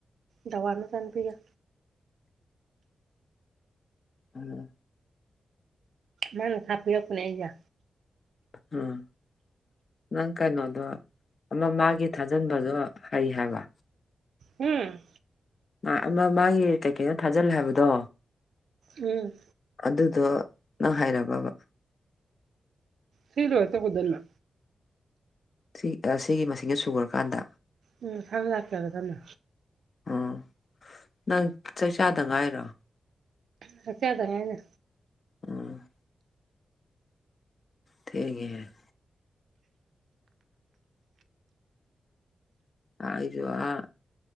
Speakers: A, on the right; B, on the left.
A: ꯗꯋꯥ ꯃꯆꯥ ꯅꯨꯄꯤꯒ꯫
B: ꯑꯗꯨꯅꯤ꯫
A: ꯃꯥꯅ ꯊꯥꯞꯄꯤꯔꯛꯄꯅꯦ ꯑꯩꯁꯦ꯫
B: ꯎꯝ꯫ ꯅꯪ ꯀꯩꯅꯣꯗꯣ ꯑꯃ ꯃꯥꯒꯤ ꯊꯥꯖꯤꯟꯕꯗꯣ ꯍꯩ ꯍꯥꯏꯕ꯫
A: ꯎꯝ꯫
B: ꯃꯥ ꯑꯃ ꯃꯥꯒꯤ ꯀꯩꯀꯩꯅꯣ ꯊꯥꯖꯤꯜꯂꯦ ꯍꯥꯏꯕꯗꯣ꯫
A: ꯎꯝ꯫
B: ꯑꯗꯨꯗꯣ ꯅꯪ ꯍꯥꯏꯔꯕꯕ꯫
A: ꯁꯤ ꯂꯣꯏꯔ ꯇꯧꯒꯗꯧꯅꯦ꯫
B: ꯁꯤ ꯁꯤꯒꯤ ꯃꯁꯤꯡꯅ ꯁꯨꯒꯔ ꯀꯥꯟꯗ꯫
A: ꯎꯝ ꯃꯁꯥꯅ ꯂꯥꯛꯆꯦꯒꯗꯕꯅꯦ
B: ꯑꯣ ꯅꯪ ꯆꯥꯛꯆꯥꯥꯗ ꯉꯥꯏꯔꯣ꯫
A: ꯆꯥꯛ ꯆꯥꯗ ꯉꯥꯏꯔꯤ꯫
B: ꯎꯝ ꯊꯦꯡꯉꯦ꯫ ꯑꯩꯁꯨ ꯑꯥ